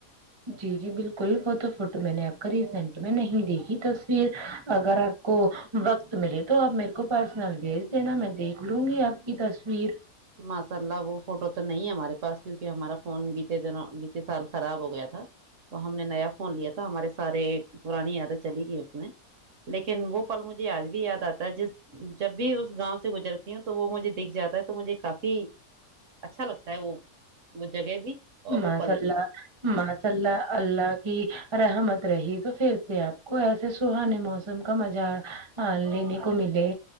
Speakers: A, on the right (about 25°); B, on the right (about 60°).
A: جی جی بالکل وہ تو فوٹو میں نے آپ ریسینٹ میں نہیں دیکھی تصویر اگر آپ کو وقت ملے تو آپ میرے کو پرسنل بھیج دینا میں دیکھ لوں گی آپ کی تصویر
B: ماسا اللہ وہ فوٹو تو نہیں ہمارے پاس کیونکہ ہمارا فون بیتے دن بیتے سال خراب ہو گیا تھا تو ہم نے نیا فون لیا تھا ہمارے سارے پرانی یادیں چلی گئی اس میں لیکن لیکن وہ پل مجھے آج بھی یاد آتا ت جس <inaudible> جب بھی اس گاؤں سے گزر ہوں تو وہ مجھے دکھ جاتا ہیں تو مجھے کافی اچھا لگتا ہے وہ وہ جگہ بھی اور وہ
A: ماشااللہ
B: پل بھی
A: ماشااللہ اللہ کی رحمت رہی تو پھر سے آپ کو ایسے سہانے موسم کا مزہ لینے کو ملے